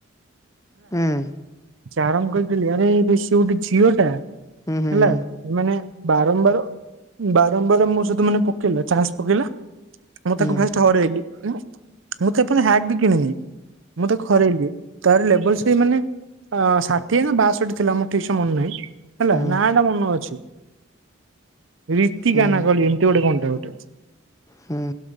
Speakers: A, on the left; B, on the right.
A: ହୁଁ।
B: ଚାରଙ୍ଗ ଖେଳୁଥିଲି ଆରେ ସେ ଗୋଟେ ଝିଅ ଟା
A: ହୁଁ ହୁଁ ହୁଁ ହୁଁ
B: ହେଲା ମାନେ ବାରମ୍ବାର ବାରମ୍ବାର ବାରମ୍ବାର ବାରମ୍ବାର ମୋ ସହିତ ମାନେ ପକେଇଲା ଚାସ ପକେଇଲା। ମୁଁ
A: ହୁଁ।
B: ତାକୁ ଫାଷ୍ଟ ହରେଇଲେ। ମୁଁ ତାକୁ ହ୍ୟାକ୍ ବି କିଣିଲି। ମୁଁ ତାକୁ ହରେଇଲି। ତାର ଲେବଲ୍ ସେଇ ମାନେ ଆ ଷାଠିଏ ନା ବାଷଠି ଥିଲା। ମୋର ଠିକ୍ସେ ମନେ ନାହିଁ ହେଲା,
A: ହୁଁ
B: ନାଁ ଟା ମନ ଅଛି। ରୀତିକା
A: ହୁଁ
B: ନା କଣ, ଏମିତି ଗୋଟେ କଣ ଟା ଗୋଟେ?
A: ହୁଁ।